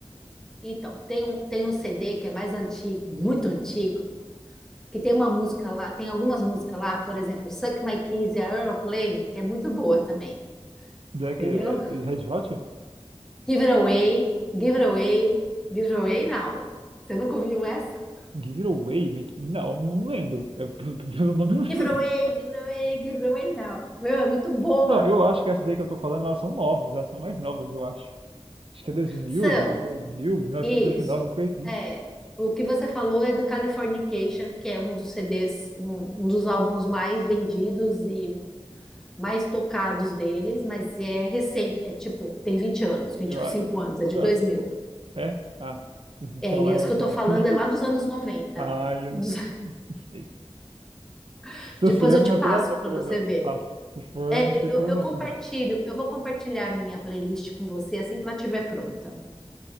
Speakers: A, in the centre; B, on the right (about 60°).
A: Então, tem um, tem um CD que é mais antigo, muito antigo, que tem uma música lá, tem algumas músicas lá, por exemplo, Suck My Kiss e Aeroplane, que é muito boa também.
B: Black
A: Entendeu?
B: eh, e Red Hot?
A: Give it away, give it away, give it away now. Você nunca ouviu essa?
B: Giveaway making? Não, não lembro. É, pelo pelo nome, <laughs> não lembro.
A: Give it away, give it away, give it away now. Meu, é muito boa.
B: Não, eu acho que essas aí que eu tô falando, elas são novas, elas são mais novas, eu acho. Acho que é 2000,
A: São.
B: 2000, 1999,
A: Isso.
B: alguma coisa assim.
A: É. O que você falou é do Californication, que é um dos CDs, um, um dos álbuns mais vendidos e mais tocados deles, mas é recente, é tipo, tem 20 anos, vinte
B: Eu,
A: e
B: a-
A: cinco
B: eu, eu,
A: anos, é de
B: eu-
A: dois mil
B: a- é? Ah, então,
A: É, e
B: é,
A: as
B: então.
A: que eu tô falando
B: <laughs>
A: é lá dos anos noventa
B: Ah, eu
A: Dos-
B: não sei. não sei.
A: <laughs>
B: Se eu
A: Depois
B: sei, eu
A: eu
B: não
A: te
B: vou
A: passo
B: pelo nome,
A: para
B: pelo
A: você ver.
B: passo. Se for,
A: É,
B: eu não sei
A: eu,
B: pelo
A: eu
B: nome.
A: compartilho, eu vou compartilhar minha playlist com você assim que ela estiver pronta.